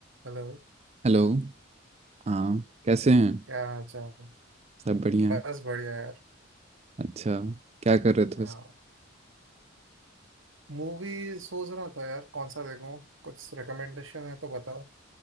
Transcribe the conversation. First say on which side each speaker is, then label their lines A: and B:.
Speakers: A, on the right; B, on the right.
A: हेलो
B: Hello हाँ कैसे हैं
A: क्या हाल चाल
B: सब बढ़िया
A: बस बढ़िया यार
B: अच्छा क्या कर रहे
A: हाँ
B: थे
A: मूवी सोच रहा था यार कौन सा देखूं कुछ रिकमेंडेशन है तो बताओ